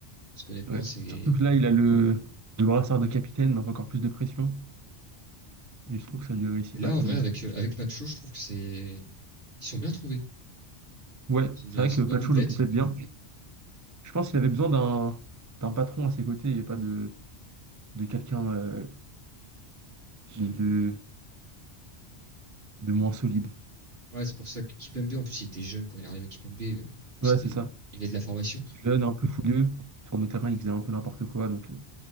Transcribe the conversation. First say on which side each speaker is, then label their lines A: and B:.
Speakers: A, on the right; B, on the right.
A: Parce qu'honnêtement,
B: ouais.
A: c'est.
B: Surtout que là, il a le, le brassard de capitaine, donc encore plus de pression. Et je trouve que ça lui réussit
A: Et là,
B: pas tellement.
A: en vrai, avec, euh, avec Nacho, je trouve que c'est. Ils sont bien trouvés.
B: Ouais,
A: C'est une,
B: c'est vrai
A: c'est
B: que
A: une
B: Pacho
A: bonne doublette.
B: le complète bien. Je pense qu'il avait besoin d'un d'un patron à ses côtés et pas de, de quelqu'un euh, qui- de, de moins solide.
A: Ouais, c'est pour ça que Kimpembe, en plus, il était jeune quand il est arrivé Kimpembe, euh, c'était.
B: Ouais, c'est ça.
A: Il venait de la formation.
B: Jeune, un peu fougueux. Sur le terrain, il faisait un peu n'importe quoi, donc. euh,